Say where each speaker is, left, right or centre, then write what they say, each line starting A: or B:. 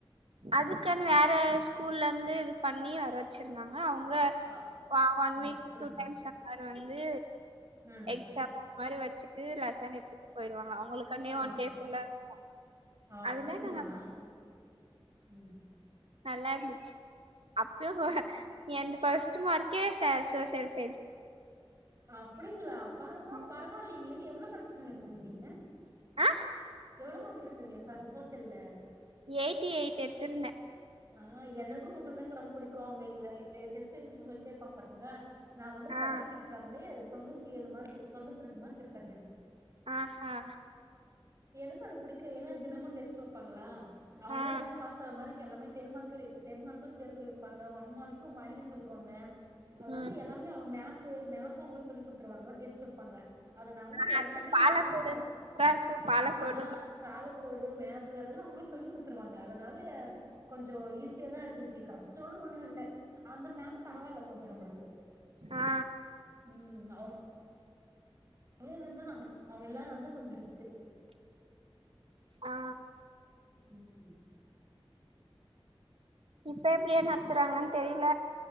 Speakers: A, on the right; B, on the right.
A: அதுக்கன் வேற ஸ்கூல்ல இருந்து இது பண்ணி வர வச் ச்சிருந்தாங்க அவுங்க
B: அ
A: ஒ ஒன் வீக்
B: அப்டிங்களா
A: டூ டைம்ஸ் அந்தமார் வந்து
B: ம்
A: எக்சாம் அந்த மாரி வச்சுட்டு லெசன் எடுத்துட்டு பொய்டுவாங்க அவங்களுக்கான்டியே
B: ஆ
A: ஒன்டே ஃபுல்லா இருக்கு
B: அப்டிங்களா
A: அதுல நாங்க
B: ம்
A: நல்லா இருந்துச்சு அப்யு
B: ம்
A: எந்த ஃபர்ஸ்ட்டு மார்க்கே ச சோசியல்ஸ்
B: அப்டிங்ளா பார்ரா
A: ம்
B: பரவால்லிங்களே எவ்ளோ மார்க்குங்க எடு இருந்திங்க
A: ஆ
B: எவ்ளோ மார்க் எடுத்திங்க ச சோசியல்ல
A: எயிட்டி எயிட் எடுத்துருந்தே
B: ஆ எனக்கு <unintelligible> ரொம்போ புடிக்கோ அங்க எங்கள <unintelligible> கேப்பாங் பாத்தீங்ளா நா வந்து
A: ஆ
B: பப்ளிக் எக்ஸாம்லே தொண்ணூத்தி ஏழு மார்க்கு தொண்ணூத்து ரெண்டு மார்க் எடுத்தங்க
A: ஆஹா
B: எனக்கோ அது புடிக்கோ ஏன்னா தினமு டெஸ்ட் வெப்பாங்களா அவ்ங்களே
A: ஆ ஆ
B: எல்லாமே பாஸ் ஆ மாரி கெல்லாமே டென்மார்க்கு ம் டென்மார்க்கு தெருவி வெப்பாங்க ஒன் மார்க்கு வாய்லிஸ் சொல்லுவாங்க அதனால
A: ம்
B: எல்லாமே அவ மேப்பு மேப் ப்பு அவங்ளே சொல்லி குடுத்துருவாங்க டெஸ்ட்டு வெப்பாங்க அதனால
A: ஆ
B: எல்லாமே
A: அதுல பாலக்கோடு
B: நாங்குளோ
A: சூப்பரா இருக்கு பாலக்கோடு
B: ஆ காலக்கோல் டு மேப்பு அதெல்லா அவ்ங்ளே சொல்லி குடுத்துருவாங்க அதனாலே கொஞ்சோ ஈஸியா தா இருந்துச்சி கஷ்டோன்னு ஒண்ணு இல்ல அந்த மேம் பரவால்ல கொஞ்சோ நம்பளுக்கு
A: ஆ ஆ
B: ம் அ <unintelligible> அவ்ங்க இல்லாதனால தா கொஞ்ஜோ ரிஸ்க்கு
A: ஆ
B: ம்
A: இப்ப எப்டி நடத்துறாங்கன்னு தெரில